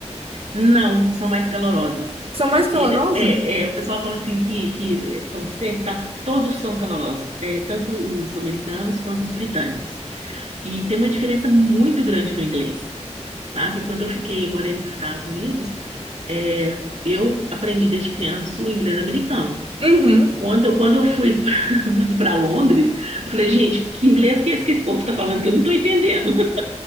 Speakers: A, on the right (about 70°); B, on the right (about 55°).
A: Não, são mais calorosos.
B: São mais calorosas?
A: E, é, é, o pessoal fala assim que, que são secos, tá? Todos são calorosos, é, tanto os americanos quanto os britânicos. E tem uma diferença muito grande no inglês, sabe? Quando eu fiquei morando nos Estados Unidos, é, eu aprendi desde criança o inglês americano.
B: Uhum.
A: Quando, quando eu fui <laughs> para Londres, eu falei, gente, que inglês que é esse que esse povo está falando que eu não estou entendendo? <laughs>